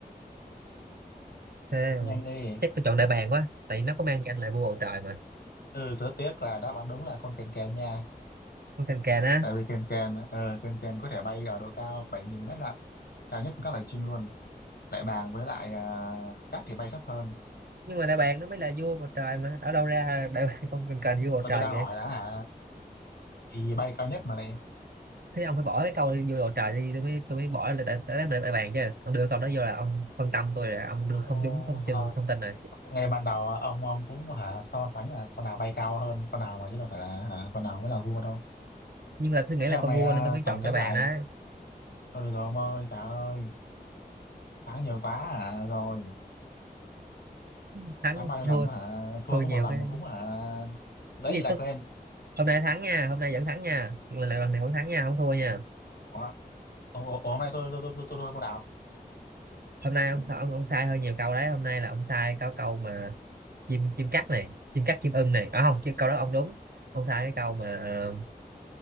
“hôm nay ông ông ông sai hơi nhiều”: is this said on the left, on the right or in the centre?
Right